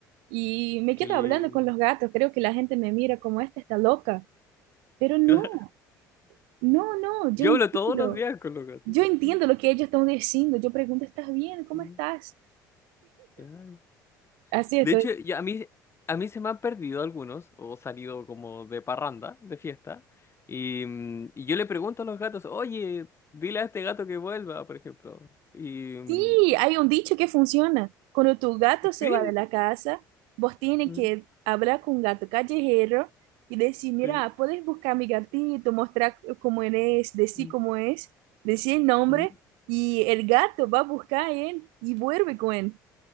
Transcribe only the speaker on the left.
qué
lindo.
<laughs>
Yo
hablo todos los días con los gatos.
Mm,
mm.
Ya.
De hecho, ya a mí, a mí se me han perdido algunos, o salido como de parranda, de fiesta, y, mm, y yo le pregunto a los gatos, oye, dile a este gato que vuelva, por ejemplo. Y mm,
sí,
mm,
sí,
mm,
mm,